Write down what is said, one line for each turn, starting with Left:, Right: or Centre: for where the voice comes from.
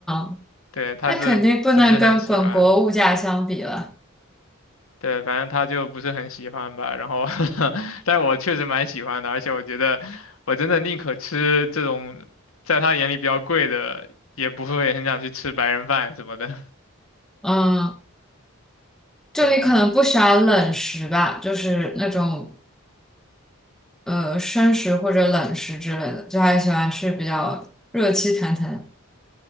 Centre: 嗯，
Left: 对他是不是很喜欢？
Centre: 那肯定不能跟本国物价相比了。
Left: 对，反正他就不是很喜欢吧，然后，<laughs> 但我确实蛮喜欢的，而且我觉得我真的宁可吃这种在他眼里比较贵的，也不会很想去吃白人饭什么的。
Centre: 嗯，就你可能不喜欢冷食吧，
Left: 对，
Centre: 就是那种呃生食或者冷食之类的，就还喜欢吃比较热气腾腾。